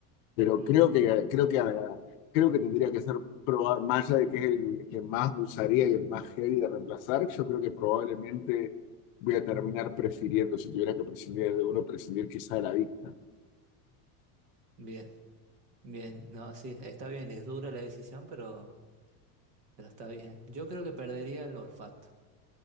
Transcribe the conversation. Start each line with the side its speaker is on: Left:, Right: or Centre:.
Left: Pero
Right: ujú.
Left: creo que, creo que, creo que tendría que ser, proba- más allá de que es el que más usaría y el más heavy de reemplazar, yo creo que probablemente voy a terminar prefiriendo, si tuviera que prescindir de uno, prescindir quizá de la vista.
Right: Bien, bien. No, sí, está bien. Es dura la decisión, pero, pero está bien. Yo creo que perdería el olfato.